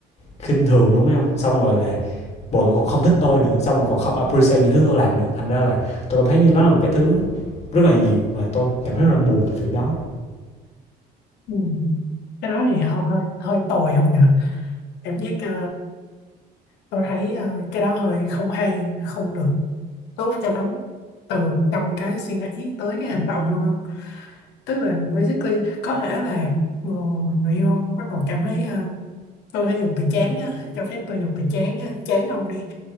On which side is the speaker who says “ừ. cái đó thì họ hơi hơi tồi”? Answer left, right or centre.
Left